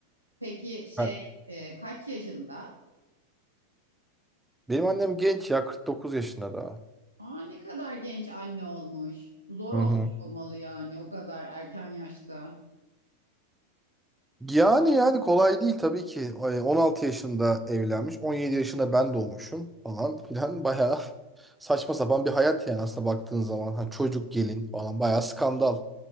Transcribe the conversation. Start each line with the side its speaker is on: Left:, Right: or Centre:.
Right: Peki şey
Centre: Ha,
Right: e, kaç yaşında?
Centre: Benim annem genç ya 49 yaşında daha.
Right: Aa ne kadar genç anne olmuş. Zor
Centre: Hı
Right: olmuş
Centre: hı.
Right: olmalı yani o kadar erken yaşta.
Centre: Yani yani kolay değil tabii ki. Ay, 16 yaşında evlenmiş. 17 yaşında ben doğmuşum falan filan. <laughs> Bayağı saçma sapan bir hayat yani aslında baktığın zaman. Hani çocuk gelin falan bayağı skandal